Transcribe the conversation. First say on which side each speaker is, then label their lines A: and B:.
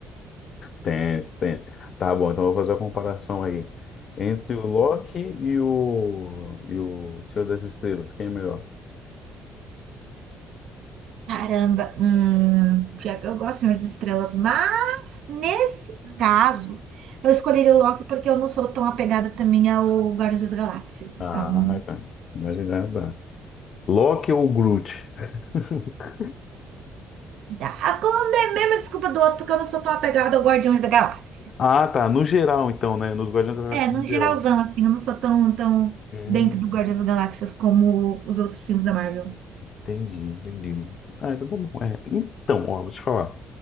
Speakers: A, on the left; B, on the right.
A: Tenso, tenso. Tá bom, então eu vou fazer a comparação aí. Entre o Loki e o, e o Senhor das Estrelas, quem é melhor?
B: Caramba, hum, pior que eu gosto, de Senhor das Estrelas, mas nesse caso, eu escolheria o Loki porque eu não sou tão apegada também ao Guardiões das Galáxias.
A: Ah,
B: Então,
A: tá. Imaginando, tá. Loki ou Groot? <laughs>
B: a é mesmo desculpa do outro porque eu não sou tão apegada ao Guardiões da Galáxia.
A: Ah, tá. No geral, então, né? Nos Guardiões da Galáxia
B: É, num
A: no geral.
B: geralzão, assim, eu não sou tão, tão
A: Hum,
B: dentro do Guardiões das Galáxias como os outros filmes da Marvel.
A: entendi, entendi. Ah, então tá bom. É, então, ó, vou te falar,